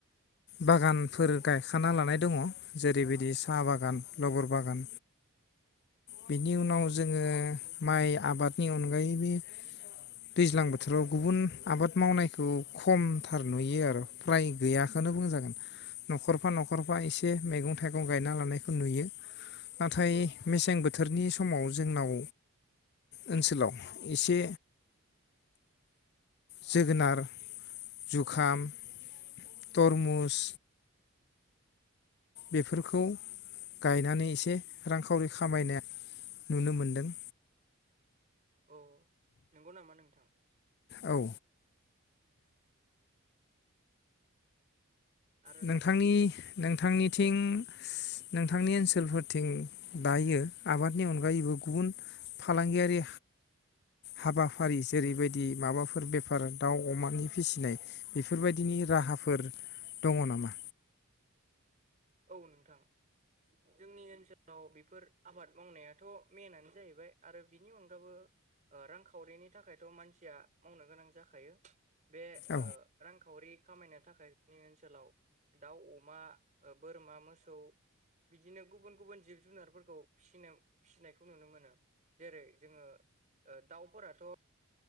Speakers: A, on the left (about 50°); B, on the right (about 35°).
A: बागानफोर
B: औ
A: गायखाना लानाय दङ। जेरैबायदि साहा बागान लबर बागान बिनि उनाव
B: औ
A: जोङो माइ आबादनि अनगायैबो दैज्लां बो थोराव गुबुन आबाद मावनायखौ खमथार नुयो आरो फ्राय गैयाखोनो बुंजागोन। न'खरफा न'खरफा एसे मैगं थाइगं गायना लानायखौ नुयो। नाथाय
B: औ
A: मेसें बो थोरनि समाव जोंनाव ओनसोलाव एसे जोगोनार जुखाम थरमुस बेफोरखौ गायनानै एसे रांखावरि खामायनो नुनो मोन्दों।
B: औ नंगौ नामा नोंथां?
A: औ
B: आरो
A: नोंथांनि नोंथांनिथिं
B: औ
A: नोंथांनि ओनसोलफोरथिं दायो आबादनि अनगायैबो गुबुन फालांगियारि हाबाफारि जेरैबायदि माबाफोर बेफार दाव अमानि फिसिनाय बेफोरबायदिनि राहाफोर दङ नामा?
B: औ नोंथां जोंनि ओनसोलाव बेफोर आबाद मावनायाथ' मेनानो जाहैबाय आरो बिनि अनगाबो ओ रांखावरिनि थाखायथ' मानसिया मावनो गोनां जाखायो। बे
A: औ
B: ओ रांखावरि खामायनो थाखाय जोंनि ओनसोलाव दाउ अमा ओ बोरमा मोसौ बिदिनो गुबुन गुबुन जिब जुनारफोरखौ फिनो फिसिनायखौ नुनो मोनो जेरै जोङो ओ दाउफोराथ'